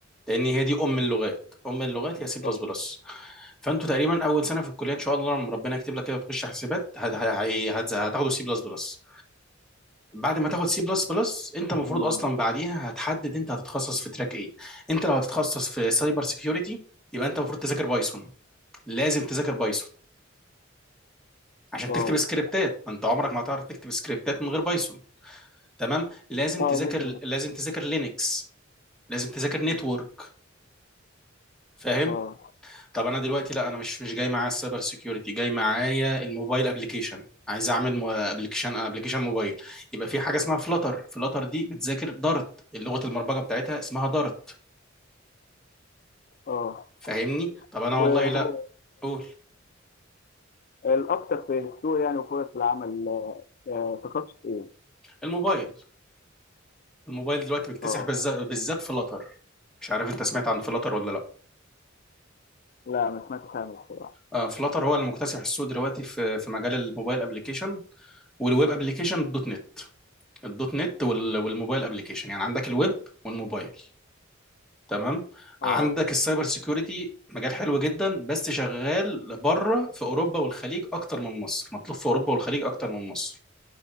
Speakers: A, in the centre; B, on the left.
A: لان هي دي ام اللغات ام اللغات هي سي بلس
B: اه
A: بلس فانتوا تقريبا اول سنه في الكليه ان شاء الله لما ربنا يكتب لك كده وتخش حاسبات هت- هي- هت- هتاخدوا سي بلس بلس بعد ما تاخد سي بلس بلس انت المفروض
B: امم
A: اصلا بعديها هتحدد انت هتتخصص في تراك ايه انت لو هتتخصص في سايبر سيكيورتي يبقى انت المفروض تذاكر بايثون لازم تذاكر بايثون عشان
B: اه
A: تكتب سكريبتات ما انت عمرك ما هتعرف تكتب سكريبتات من غير بايثون تمام لازم
B: اه
A: تذاكر
B: لازم
A: لازم تذاكر لينكس لازم تذاكر نتورك فاهم
B: اه
A: طب انا دلوقتي لا انا مش مش جاي معايا السايبر سيكيورتي جاي معايا الموبايل ابلكيشن عايز اعمل ابلكيشن ابلكيشن موبايل يبقى في حاجه اسمها فلاتر فلاتر دي بتذاكر دارت لغه البرمجه بتاعتها اسمها دارت
B: اه
A: فاهمني طب انا والله
B: وهو
A: لا قول
B: الأكثر في السوق يعني وفرص العمل آه، آه، تخصص إيه؟
A: الموبايل الموبايل دلوقتي مكتسح
B: اه
A: بالز- بالذات فلاتر مش عارف انت سمعت عن فلاتر ولا لا
B: لا ما سمعتش عنه الصراحة
A: آه فلاتر هو اللي مكتسح السوق دلوقتي في في مجال الموبايل ابلكيشن والويب ابلكيشن الدوت نت الدوت نت وال- والموبايل ابلكيشن يعني عندك الويب والموبايل تمام
B: اه
A: عندك السايبر سيكيورتي مجال حلو جدا بس شغال لبره في اوروبا والخليج اكتر من مصر مطلوب في اوروبا والخليج اكتر من مصر